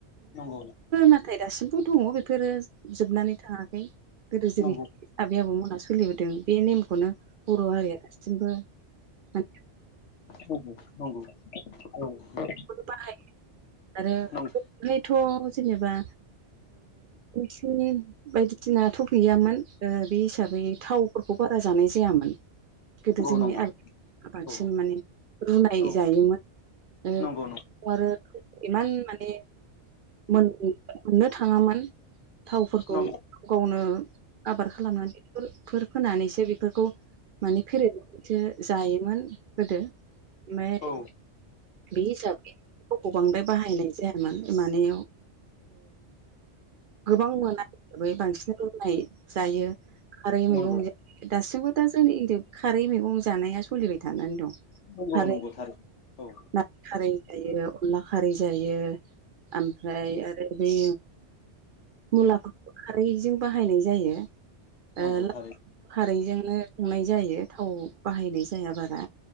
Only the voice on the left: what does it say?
नंगौ
नंगौ
नंगौ नंगौ औ
नंगौ
नंगौ
औ
औ
नंगौ
नंगौ नंगौ
औ
नंगौ
नंगौ
नंगौथार औ
नंगौ थारै